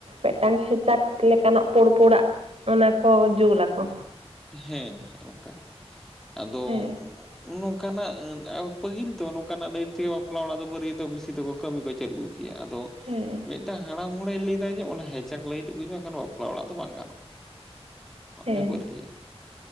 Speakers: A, on the right (about 70°); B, in the centre.
A: ᱢᱮᱜᱴᱟᱝ ᱦᱮᱪᱟᱠ ᱞᱮᱠᱟᱱᱟᱜ ᱯᱳᱲ ᱯᱳᱲᱟᱜ ᱚᱱᱟ ᱠᱚ ᱡᱳᱞ ᱟᱠᱚ᱾
B: ᱦᱮᱸ, ᱦᱮᱸ ᱚᱝᱠᱟ ᱾ ᱟᱫᱚ
A: ᱦᱮᱸ
B: <unintelligible> ᱚᱝᱠᱟᱱᱟ, ᱯᱟᱹᱦᱤᱞ ᱫᱚ ᱱᱚᱝᱠᱟᱱᱟᱜ ᱞᱟᱹᱭᱤᱴ ᱛᱮᱜᱮ ᱵᱟᱯᱞᱟ ᱚᱲᱟᱜ ᱫᱚ ᱵᱟᱹᱨᱭᱟᱹᱛᱚᱜ ᱵᱤᱥᱤ ᱛᱮᱠᱚ ᱠᱟᱹᱢᱤ ᱠᱚ ᱪᱟᱹᱞᱩ ᱠᱮᱭᱟ᱾ ᱟᱫᱚᱼᱼ
A: ᱦᱮᱸ
B: ᱢᱤᱜᱴᱟᱝ ᱦᱟᱲᱟᱢ ᱦᱚᱲᱮ ᱞᱟᱹᱭᱫᱟ ᱡᱮ, ᱚᱱᱟ ᱦᱮᱪᱟᱠ ᱞᱟᱹᱭᱤᱴ ᱟᱜᱩᱭ ᱢᱮ ᱵᱟᱠᱷᱟᱱ ᱵᱟᱯᱞᱟ ᱚᱲᱟᱜ ᱫᱚ ᱵᱟᱝ ᱜᱟᱱᱚᱜ᱾ ᱵᱟᱝᱞᱮ
A: ᱦᱮᱸ
B: ᱵᱟᱹᱲᱛᱤᱭᱟ,